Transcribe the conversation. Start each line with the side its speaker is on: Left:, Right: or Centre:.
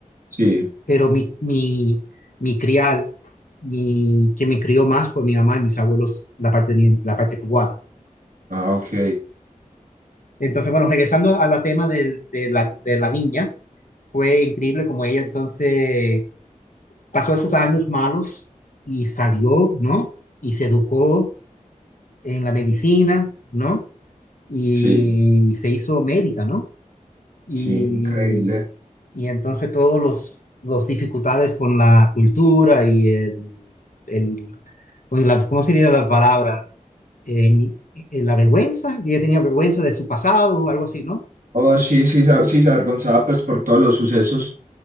Right: Sí,
Left: Pero mi, mi, mi criar, mi, quien me crió más fue mi mamá y mis abuelos, la parte, la parte cubana.
Right: ah, ok,
Left: Entonces, bueno, regresando al tema del- de, la, de la niña, fue increíble como ella entonces pasó esos años malos y salió, ¿no? Y se educó en la medicina, ¿no? Y
Right: sí,
Left: se hizo médica, ¿no? Y,
Right: sí, increíble.
Left: y entonces todos los, los dificultades con la cultura y el, el pues la- ¿cómo sería la palabra? En- en la vergüenza, ella tenía vergüenza de su pasado, algo así, ¿no?
Right: Oh, sí, sí, sa- sí, se avergonzaba pues por todos los sucesos,